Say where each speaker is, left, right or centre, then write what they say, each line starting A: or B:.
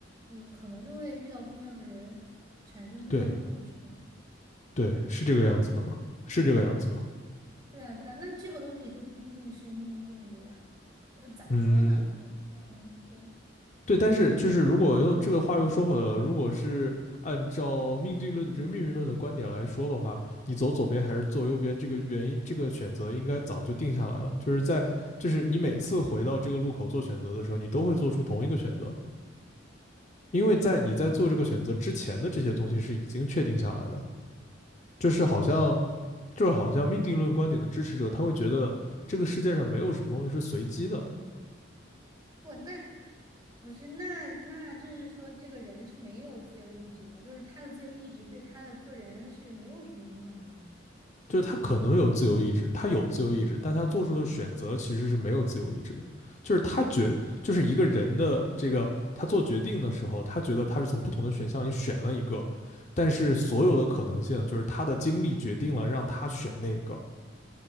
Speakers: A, on the right; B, on the left.
A: 你可能就会遇到不一样的人，产生不一样的故事，
B: 对对，
A: 对吧？
B: 是这个样子的嘛，是这个样子的。
A: 对，对啊，对啊，那这个东西就不一定是命定的呀。呃，咋说呢？
B: 嗯，
A: 嗯，对，
B: 对，但是就是如果又这个话又说回来了，如果是按照命定论的这个命运论的观点来说的话，你走左边还是走右边，这个原因这个选择应该早就定下来了。就是在就是你每次回到这个路口做选择的时候，你都会做出同一个选择，因为在你在做这个选择之前的这些东西是已经确定下来的。就是好像就是好像命定论观点的支持者，他会觉得这个世界上没有什么东西是随机的。
A: 不，那不是，那那就是说，这个人是没有自由意志的，就是他的自由意志对他的个人是没有什么影响的呢。
B: 就是他可能有自由意志，他有自由意志，但他做出的选择其实是没有自由意志的。就是他觉，就是一个人的这个他做决定的时候，他觉得他是从不同的选项里选了一个，但是所有的可能性就是他的经历决定了让他选那个，